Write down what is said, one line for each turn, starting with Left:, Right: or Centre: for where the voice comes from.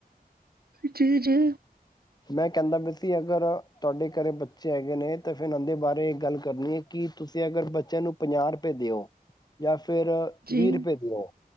Right: ਜੀ ਜੀ
Left: ਮੈਂ ਕਹਿੰਦਾ ਵੀਸੀ ਅਗਰ ਤੁਹਾਡੇ ਘਰੇ ਬੱਚੇ ਹੈਗੇ ਨੇ ਤਾਂ ਫਿਰ ਉਹਦੇ ਬਾਰੇ ਗੱਲ ਕਰਨੀ ਹੈ ਕਿ ਤੁਸੀਂ ਅਗਰ ਬੱਚਿਆਂ ਨੂੰ ਪੰਜਾਹ ਰੁਪਏ ਦਿਓ ਜਾਂ ਫੇਿਰ
Right: ਜੀ
Left: ਵੀਹ ਰੁਪਏ ਦਿਓ